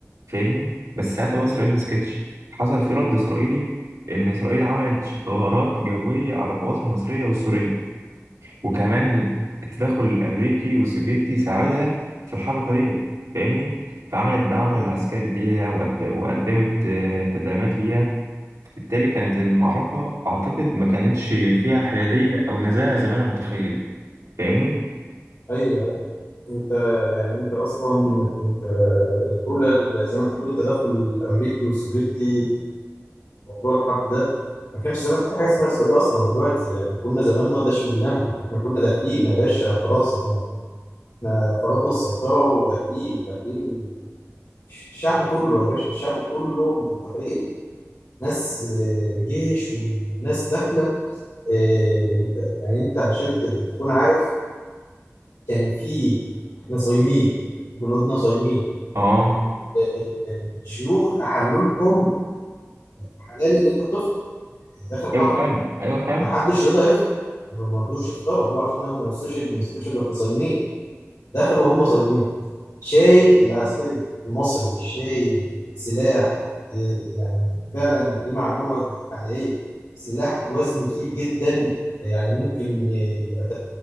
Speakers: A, on the right; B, on the left.
A: فاهمني بس ساعتها
B: مم.
A: بقى إسرائيل مسكتش حصل في رد إسرائيلي إن إسرائيل عملت غارات جوية على القوات المصرية والسورية وكمان التدخل الأمريكي والسوفيتي ساعدها في الحركة ديت فاهمني فعملت دعم
B: مم.
A: عسكري ليها وقد- وقدمت آه، تدعيمات ليها بالتالي كانت المعركة أعتقد ما كانتش فيها حيادية أو نزاهة زي ما أنا متخيل فاهمني؟
B: ايوه انت يعني انت اصلا انت لولا ال- زي ما انت بتقول التدخل الامريكي والسوفيتي موضوع الحرب ده ما كانش زمان في حاجه اسمها اسرائيل اصلا دلوقتي يعني كنا زمان ما داش منهم احنا كنا داخلين يا باشا خلاص احنا احنا فرضنا السيطره وداخلين داخلين الشعب كله يا باشا الشعب كله انت متخيل ناس آه، الجيش والناس داخله آه، انت يعني انت عشان ت- تكون عارف كان في احنا صايمين جنودنا صايمين
A: آه
B: ال- ال- الشيوخ احلوا لهم حلال ان انت تفطر داخل حرم
A: أيوه فاهم أيوه فاهم
B: ما حدش رضى يفطر ما مرضوش يفطروا قالوا عشان انا ما نستشهد ما نستشهد واحنا صايمين دخلوا وهم صايمين شايل العسكري المصري شايل سلاح يعني فعلا دي معلومة حقيقية سلاح وزنه تقيل جدا يعني ممكن يبقى